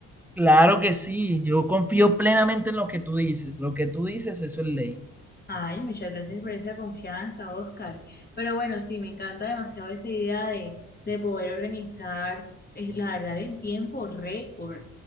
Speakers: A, in the centre; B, on the left.
A: Claro que sí, yo confío plenamente en lo que tú dices. Lo que tú dices, eso es ley.
B: Ay, muchas gracias por esa confianza, Oscar. Pero bueno, sí, me encanta demasiado esa idea de, de poder organizar, eh, la verdad, en tiempo récord